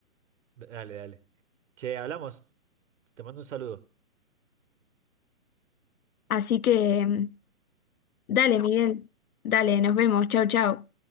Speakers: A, on the right; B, on the left.
A: Dale, dale. Che, hablamos. Te mando un saludo.
B: Así que, mm, dale, Miguel. Dale, nos vemos. Chau, chau.